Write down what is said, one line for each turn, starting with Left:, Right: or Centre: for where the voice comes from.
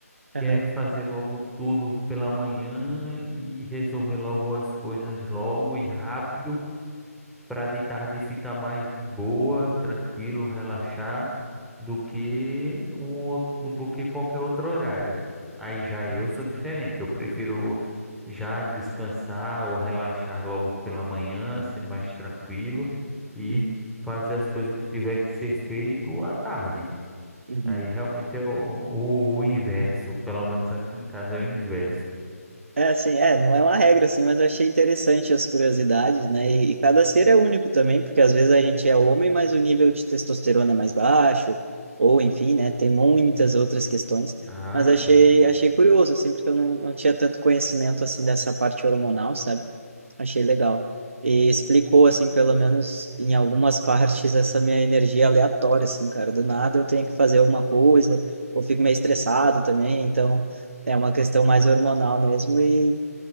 Right: aham,
Centre: quer fazer logo tudo pela manhã e resolver logo as coisas logo e rápido. para de tarde ficar mais de boa, tranquilo, relaxar, do que um, ou- do que qualquer outro horário. Aí já eu
Right: uhum,
Centre: sou diferente, eu prefiro já descansar ou relaxar logo pela manhã, ser mais tranquilo e
Right: uhum,
Centre: fazer as coisas que tiver que ser feito à tarde.
Right: uhum.
Centre: Aí realmente é o, o o inverso, pelo menos aqui em casa é o inverso.
Right: É assim, é, não é uma regra assim, mas eu achei interessante as curiosidades, né? E, e cada ser é único também, porque às vezes a gente é homem, mas o nível de testosterona é mais baixo, ou enfim, né? Tem muitas outras questões,
Centre: Ah,
Right: mas achei
Centre: sim.
Right: achei curioso assim, porque eu não, não tinha tanto conhecimento assim dessa parte hormonal, sabe? achei legal. E explicou, assim, pelo menos em algumas <laughs> partes, essa minha energia aleatória, assim, cara. Do nada eu tenho que fazer alguma coisa, ou fico meio estressado também. Então, é uma questão mais hormonal mesmo. E